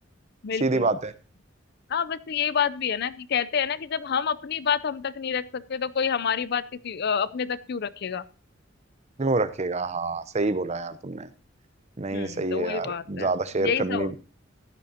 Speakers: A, on the left; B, on the right.
A: बिल्कुल
B: सीधी बात है
A: हाँ बस ये बात भी है ना कि कहते हैं ना कि जब हम अपनी बात हम तक नहीं रख सकते तो कोई हमारी बात किसी अ, अपने तक क्यों रखेगा
B: क्यों रखेगा हाँ सही बोला यार तुमने नहीं
A: हम्म
B: सही
A: तो
B: है
A: वही
B: यार
A: बात
B: ज्यादा
A: है
B: शेयर
A: यही
B: करनी
A: सब